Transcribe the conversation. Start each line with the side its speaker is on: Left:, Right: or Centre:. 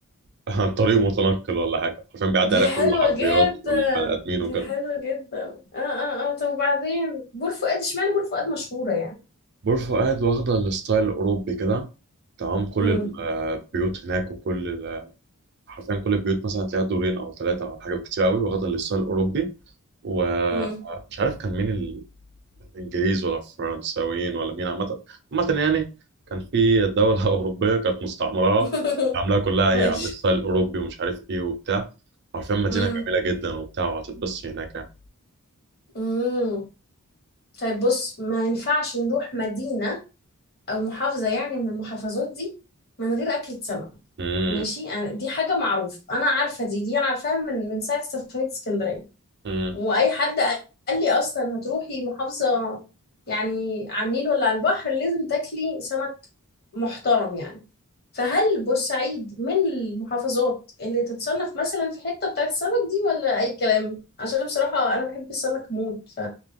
Right: <laughs> طريق متنقل ولا حاجه حرفيا بيعدي
Left: دي
Right: عليها
Left: حلوه
Right: كل العربيات
Left: جدا
Right: والبني ادمين
Left: دي
Right: وكده
Left: حلوه جدا اه اه اه طب وبعدين بور فؤاد اشمعنى بور فؤاد مشهوره
Right: بور فؤاد واخده الستايل الاوروبي كده تمام كل
Left: يعني
Right: البيوت هناك وكل ال- حرفيا كل البيوت مثلا هتلاقيها دورين او ثلاثه او حاجه كتير قوي واخده الستايل الاوروبي ومش
Left: مم.
Right: عارف كان مين انجليز ولا فرنساويين ولا مين عامه عامه يعني كان في دوله <laughs> اوروبيه كانت مستعمره
Left: <laughs>
Right: عاملاها كلها ايه
Left: ماشي
Right: على الستايل الاوروبي ومش عارف ايه وبتاع عارفين مدينه
Left: مم.
Right: جميله جدا وبتاع وهتتبسط هناك يعني
Left: مم. طيب بص ما ينفعش نروح مدينة أو محافظة يعني من المحافظات دي من غير أكلة سمك
Right: امم
Left: ماشي يعني دي حاجة معروفة أنا عارفة دي دي أنا عارفاها من من ساعة سفرية اسكندرية
Right: امم
Left: وأي حد قال لي أصلا هتروحي محافظة يعني على النيل ولا على البحر لازم تاكلي سمك محترم يعني فهل بورسعيد من المحافظات اللي تتصنف مثلا في حتة بتاعت السمك دي ولا أي كلام؟ عشان بصراحة أنا بحب السمك موت ف...